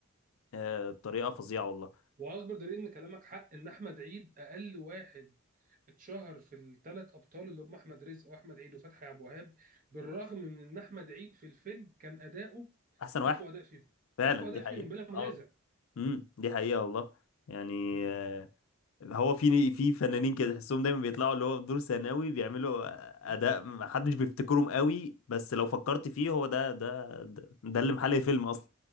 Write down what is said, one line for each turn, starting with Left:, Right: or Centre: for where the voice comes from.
Left: آه، بطريقة فظيعة والله
Right: واكبر دليل ان كلامك حق ان احمد عيد اقل واحد اتشهر في الثلاث ابطال اللي هم احمد رزق واحمد عيد وفتحي عبد الوهاب بالرغم من ان احمد عيد في الفيلم كان اداؤه
Left: احسن واحد
Right: اقوى اداء فيهم
Left: فعلا
Right: اقوى اداء
Left: دي حقيقة
Right: فيهم بلا منازع
Left: اه امم دي حقيقة والله يعني
Right: مم.
Left: آه، هو في في فنانين كده تحسهم دايما بيطلعوا اللي هو في دور ثانوي بيعملوا آه،
Right: مم.
Left: اداء ما حدش بيفتكرهم قوي بس لو فكرت فيه هو ده ده ده, ده اللي محل الفيلم اصلا